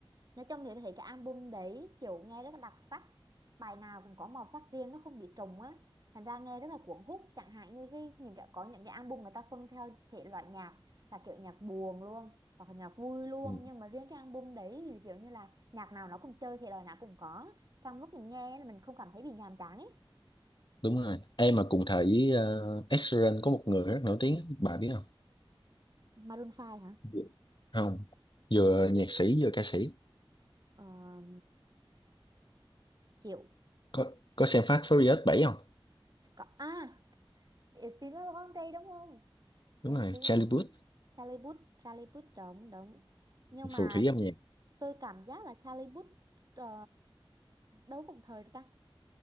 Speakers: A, on the right; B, on the left.
A: nói chung thì tôi thấy cái album đấy kiểu nghe rất là đặc sắc bài nào cũng có màu sắc riêng nó không bị trùng á thành ra nghe rất là cuốn hút chẳng hạn như cái những cái có những cái album người ta phân theo thể loại nhạc là kiểu nhạc buồn luôn hoặc là nhạc vui luôn
B: Ừ,
A: nhưng mà riêng cái album đấy thì kiểu như là nhạc nào nó cũng chơi thì lời nào cũng có xong lúc mình nghe là mình không cảm thấy bị nhàm chán ấy
B: đúng rồi em mà cùng thời với uh, Ed Sheeran có một người rất nổi tiếng bà biết không
A: Maroon 5 hả
B: Dạ. không vừa nhạc sĩ vừa ca sĩ
A: uh, chịu
B: có có xem Fast Furious 7 không
A: có à It's been a long day đúng không It's
B: đúng rồi
A: been
B: Charlie Puth
A: Charlie Puth Charlie Puth đúng đúng nhưng mà
B: phù thủy âm nhạc
A: tôi cảm giác là Charlie Puth ờ, đâu cùng thời được ta